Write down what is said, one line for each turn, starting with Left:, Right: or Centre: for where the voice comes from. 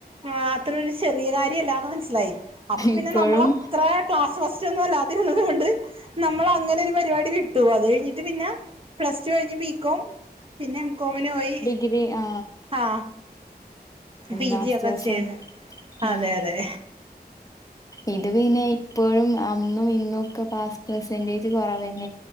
Right: ആ അത്ര ഒരു ചെറിയ കാര്യല്ലാന്ന് മനസ്സിലായി അപ്പൊ പിന്നെ
Left: ഇപ്പോഴും
Right: നമ്മളത്ര. ക്ലാസ് ഫസ്റ്റ് ഒന്നും അല്ലാതെഉള്ളതു കൊണ്ട് നമ്മൾ അങ്ങനെ ഒരു പരിപാടി വിട്ടു അത് കഴിഞ്ഞിട്ട് പിന്നെ. പ്ലസ് ടു കഴിഞ്ഞ് ബികോം പിന്നെ എം കോമിന് പോയി
Left: ആ
Right: ആ പീജി
Left: മാസ്റ്റേഴ്സ്
Right: ഒക്കെ ചെയ്ത് അതെ
Left: ഉം
Right: അതെ.
Left: ഇത് പിന്നെ ഇപ്പോഴും അന്നും ഇന്നും ഒക്കെ പാസ് പെർസെന്റേജ് കുറവന്നെ.